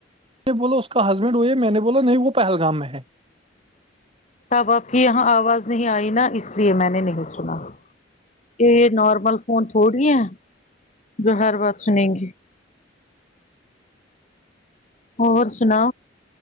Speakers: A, on the right; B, on the left.
A: بولو اس کا ہسبینڈ ہوئے ہے میں نے بولا نہیں وہ پہلگام میں ہے
B: اب آپ کی یہاں آواز نہیں آئی نا اس لیے میں نے نہیں سنا یہ نارمل فون تھوڑی ہے جو ہر بات سنیں گے اور سنا